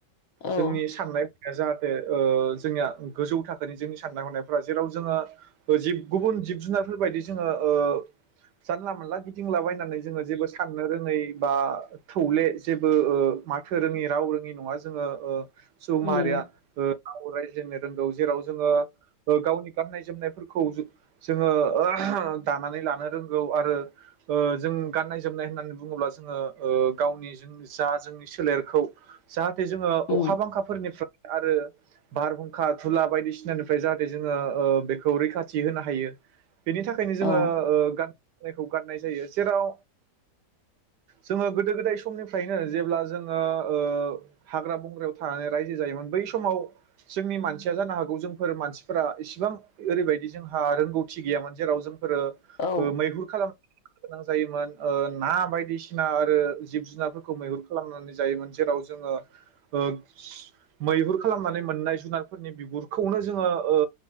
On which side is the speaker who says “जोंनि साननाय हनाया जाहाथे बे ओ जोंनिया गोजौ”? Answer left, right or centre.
Right